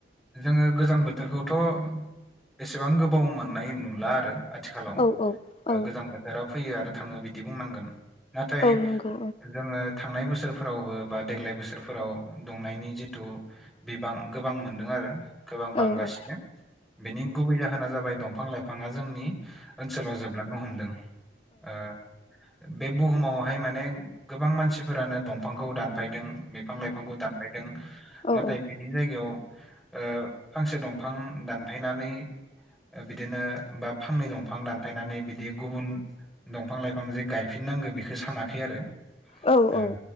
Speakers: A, in the centre; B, on the left.
A: जोङो गोजां बोथोरखौथ' एसेबां गोबाव मोननाय नुला आरो। आथिखालाव
B: औ
A: ओ
B: औ
A: गोजां बोथोरा फैयो आरो थाङो बिदि बुंनांगोन। नाथाय
B: औ नंगौ
A: जोङो थांनाय बोसोरफोरावबो बा देग्लाय बोसोरफोराव दुंनायनि जिथु बिबां गोबां मोनदों आरो। गोबां
B: औ
A: बांगासिनो
B: औ
A: बिनि गुबै जाहोना जाबाय दंफां लाइफाङा जोंनि ओनसोलाव जोबलांनो हमदों। ओ बे बुहुमावहाय माने गोबां मानसिफोरानो दंफांखौ दानफायदों। बि फां लाइफांखौ दानफायदों
B: ओं
A: नाथाय बिनि जायगायाव ओ फांसे दंफां दानफायनानै ओ बिदिनो बाब फांनै दंफां दानफायनानै बिदि गुबुन दंफां लाइफां जे गायफिननांगो बिखो सानाखै आरो।
B: ओं औ
A: ओ
B: ओं औ